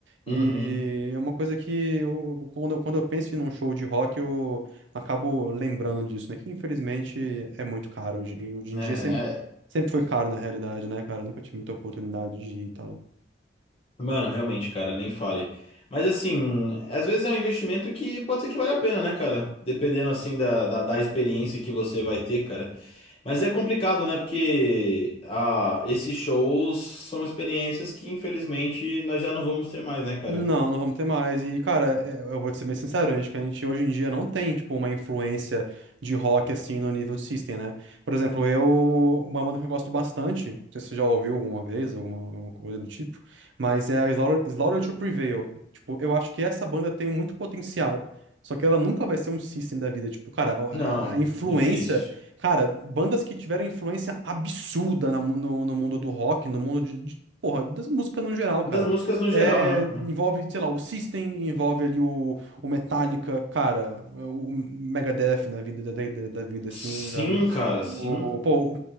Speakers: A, on the right; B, on the left.
A: E
B: Uhum.
A: é uma coisa que eu, quando, eu- quando eu penso em um show de rock, eu acabo lembrando disso, né? Que infelizmente é muito caro. Hoje, hoje em
B: É, é-
A: dia sempre, sempre foi caro, na realidade, né, cara? Eu nunca tive muita oportunidade de ir e tal.
B: mano, realmente, cara, nem fale. Mas assim, às vezes é um investimento que pode ser que vale a pena, né, cara? Dependendo assim da, da, da experiência que você vai ter, cara. Mas é complicado, né? Porque ah, esses shows são experiências que infelizmente nós já não vamos ter mais, né, cara?
A: Não, não vamos ter mais. E, cara, é- eu vou te ser bem sincero, acho que a gente hoje em dia não tem, tipo, uma influência de rock, assim, no nível de System, né? Por exemplo, eu... Uma banda que eu gosto bastante, não sei se você já ouviu alguma vez, alguma, alguma coisa do tipo, mas é a Slaughter, Slaughter to Prevail. Tipo, eu acho que essa banda tem muito potencial, só que ela nunca vai ser um System da vida. Tipo, cara, a,
B: Não,
A: a influência...
B: difícil.
A: Cara, bandas que tiveram influência absurda na mu- no, no mundo do rock, no mundo de... de porra, das músicas no geral,
B: Das
A: cara.
B: músicas no geral,
A: É,
B: né?
A: envolve, sei lá, o System, envolve ali o, o Metallica, cara, o Megadeth na vida da, da, da vida, assim,
B: Sim,
A: sabe?
B: cara,
A: O,
B: sim.
A: pô, o